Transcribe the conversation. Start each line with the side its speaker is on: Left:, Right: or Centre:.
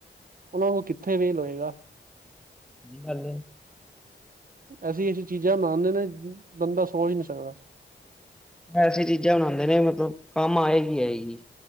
Right: ਉਹਲ ਉਹ ਕਿੱਥੇ ਵੇ ਲੋਏਗਾ
Centre: ਕੀ ਗੱਲ
Right: ਐਸੀ ਐਸੀ ਚੀਜ਼ਾਂ ਮਨਦੇ ਨੇ ਬੰਦਾ ਸੋਚ ਨਹੀਂ ਸਕਦਾ
Centre: ਐਸ ਚੀਜ਼ਾਂ ਬਣਾਉਂਦੇ ਨੇ ਮਤਲਬ ਕੰਮ ਆਏਗੀ ਹੈ ਜੀ